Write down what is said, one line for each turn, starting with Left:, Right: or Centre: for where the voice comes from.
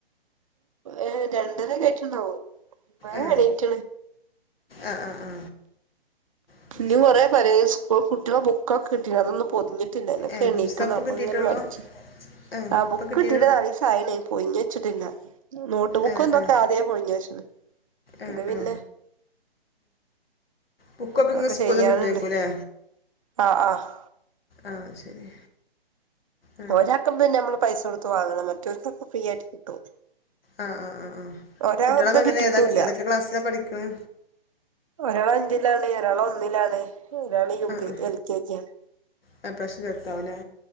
Right: ഏ രണ്ടരക്കെ ആയിട്ടുണ്ടാവും വേം
Left: ഏ
Right: എണീറ്റണ്
Left: ആ ആ ആ അത്
Right: പിന്ന
Left: ശരി
Right: കൊറേ പണി സ്കൂൾ കുട്ടികളെ ബുക്കൊക്കെ കിട്ടീ അതൊന്നും പൊതിഞ്ഞിട്ടില്ല അയിനൊക്കെ
Left: ഏ
Right: എണീക്കണം
Left: പുസ്തകം ഇപ്പം
Right: അപ്പൊ
Left: കിട്ടിയിട്ടുള്ളൂ
Right: ഇങ്ങനെ മടിച്ചു
Left: ഏ
Right: ആ
Left: ഇപ്പം
Right: ബുക്ക്
Left: കിട്ടിയിട്ടു
Right: കിട്ടീട്ട് നാലീസായണ് പൊതിഞ്ഞച്ചിട്ടില്ല നോട്ട് ബുക്ക്
Left: ഏ
Right: എന്തൊക്കെ
Left: ഏ
Right: ആദ്യേ പോയിഞ്ഞച്ചന്
Left: ഏ
Right: ഇത് പിന്നെ
Left: ഏ ബുക്കൊക്കെ
Right: അതൊക്കെ
Left: ഇങ്ങ് സ്കൂളിൽ
Right: ചെയ്യാനുണ്ട്
Left: നിന്ന് കിട്ടുമായിരിക്കുമല്ലേ
Right: ആ ആഹ്
Left: ആ ശരി ആ
Right: ഒരാക്കമ്മള് പൈസ കൊടുത്ത് വാങ്ങണം മറ്റോർക്കൊക്കെ ഫ്രീ ആയിട്ട് കിട്ടും
Left: ആ ആ ആ ആ
Right: ഒരാള്
Left: കുട്ടികളൊക്കെ
Right: എന്തും
Left: എങ്ങനെ
Right: കിട്ടീട്ടുല്ല
Left: ഏതാ ഏതൊക്കെ ക്ലാസ്സിലാണ് പഠിക്കണേ
Right: ഒരാൾ അഞ്ച <unintelligible> ഒരാള് ഒന്നിലാണ് ഓരാള് യു
Left: ആ
Right: കെ
Left: ആ
Right: ജി എൽ കെ ജിയാണ്
Left: ആ ഇപ്രാവശ്യം ചേർത്താവൂല്ലേ